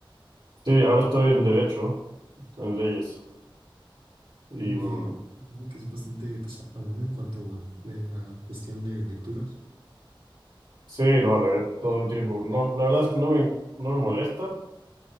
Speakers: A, on the right (about 60°); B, on the right (about 85°).
A: Sí, ahora estoy en derecho, en leyes. Y
B: Me
A: mm,
B: creo que es bastante pesado, ¿no? En cuanto a, de- a cuestión de lecturas.
A: sí, no, leer todo el tiempo. No, la verdad es que no me, no me molesta.